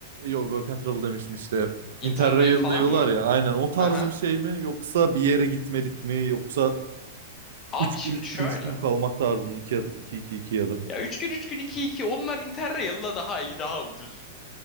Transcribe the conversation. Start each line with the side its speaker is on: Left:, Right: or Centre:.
Right: yok work and travel demiştim işte
Left: Interrail
Right: Interrail
Left: falan
Right: diyorlar
Left: mı?
Right: ya aynen o tarzı
Left: Aha.
Right: bir şey mi yoksa bir yere gitmelik mi yoksa
Left: Abi
Right: 3
Left: şimdi
Right: gün 3
Left: şöyle.
Right: gün 3 gün kalmak tarzı mı 2 ya da 2 2 2 ya da
Left: Ya 3 gün 3 gün 2 2 onlar Interrail'la daha iyi daha ucuz.